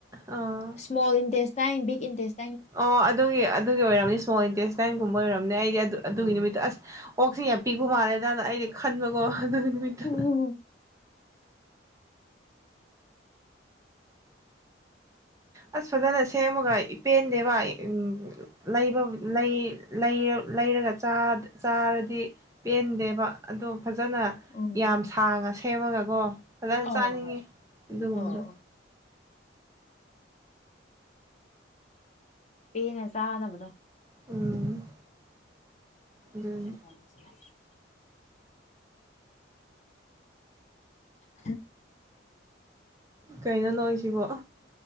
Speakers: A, on the right; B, on the left.
A: ꯑꯥ
B: ꯏꯁꯃꯣꯜ ꯏꯟꯇꯔꯦꯁ ꯇꯥꯏꯡ ꯕꯤꯛ ꯏꯟꯇꯔꯦꯁ
A: ꯑꯣ ꯑꯗꯨꯒꯤ ꯑꯗꯨꯒꯤ ꯑꯣꯏꯔꯝꯅꯤ ꯏꯁꯃꯣꯜ ꯏꯟꯇꯦꯁ ꯅꯥꯏꯟꯒꯨꯝꯕ ꯑꯣꯏꯔꯝꯅꯤ ꯑꯩꯗꯤ ꯑꯗꯨ ꯑꯗꯨꯒꯤ
B: ꯎꯝ
A: ꯅꯨꯃꯤꯠꯇꯨ ꯑꯁ ꯑꯣꯛꯁꯦ ꯌꯥꯝ ꯄꯤꯛꯄ ꯃꯥꯜꯂꯦꯅ ꯑꯩꯩꯅ ꯈꯟꯕꯀꯣ ꯑꯗꯨꯒꯤ ꯅꯨꯃꯤꯠꯇꯣ
B: ꯎꯝ
A: ꯑꯁ ꯐꯖꯅ ꯁꯦꯝꯃꯒ ꯄꯦꯟꯗꯦꯕ ꯎ ꯂꯩ ꯂꯩꯔꯒ ꯆꯥꯔꯗꯤ ꯄꯦꯟꯗꯦꯕ ꯑꯗꯣ ꯐꯖꯅ
B: ꯎꯝ
A: ꯌꯥꯝ ꯁꯥꯡꯅ ꯁꯦꯝꯃꯒꯀꯣ ꯐꯖꯅ
B: ꯑꯣ
A: ꯆꯥꯅꯤꯡꯉꯦ
B: ꯑꯣ
A: ꯑꯗꯨꯒꯨꯝꯕꯗꯣ
B: ꯑꯣ ꯄꯦꯅ ꯆꯥꯒꯗꯕꯗꯣ
A: ꯎꯝ ꯑꯗꯨꯅꯤ
B: ꯆꯁꯤ <inaudible> ꯍꯝ <inaudible>
A: ꯀꯩꯅꯣ ꯅꯣꯛꯢꯁꯤꯕꯨ